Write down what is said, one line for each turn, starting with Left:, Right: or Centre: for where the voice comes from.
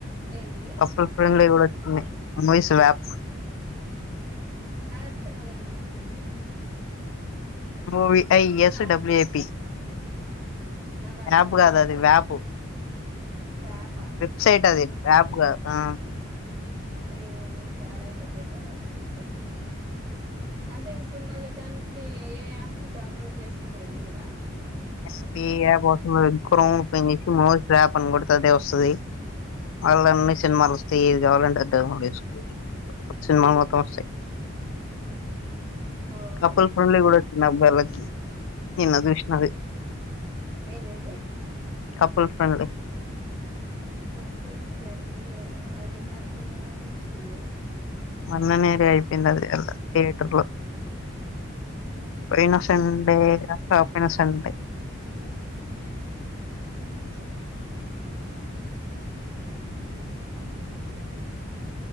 Right: ఏంటిది
Left: అప్పుడు ఫ్రెమ్ లో కూడా వచ్చినై మూవీస్ లో యాప్
Right: ఆప్ మలై చెప్పు
Left: ము వి is
Right: app
Left: W A P
Right: నాకు అర్థమే
Left: అప్ కాదు
Right: కావట్లేదు
Left: అది వ్యాప్
Right: వ్యాపా
Left: వెబ్సైట్ అది అప్ కాదు ఆ
Right: ఏమో ఒకసార్ అయితే పెట్టార సుదాం అంటే ఇప్పుడు మళ్ళా దానికి ఏ యాప్ డౌన్లోడ్ చేసుకునేది లేదా
Left: <unintelligible> ఈ యాప్ అవసరం లేదు క్రోమ్ ని ఓపెన్ చేసి మోస్ యాప్ అని కూడా అదే వస్తది మళ్ళా అన్ని సినిమాలు వస్తాయ్ ఏది కావాలంటే అది డోలోడ్ చేసుకోవచ్చు సినిమాల్ మొత్తం వస్తాయ్
Right: అవును
Left: కపుల్ ఫ్రెండ్లీ కూడా వచ్చింది అబ్బాయిలకి నిన్నా జూస్నా అది
Right: ఏందెంది
Left: కపుల్ ఫ్రెండ్లీ
Right: కపుల్ ఫ్రెండ్లీనా అది ఇన్నట్టున్నది గానీ చూడలేద్ లే
Left: మొన్ననే అది అయిపోయింది అది తియేటర్ లో పోయిన సండే <unintelligible> పోయిన సన్
Right: ఉహూ